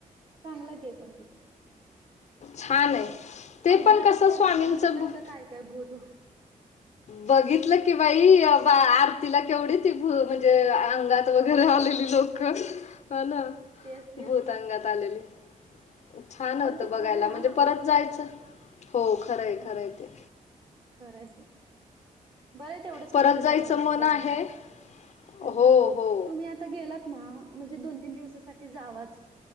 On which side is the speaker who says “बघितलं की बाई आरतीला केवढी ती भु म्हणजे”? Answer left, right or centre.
Left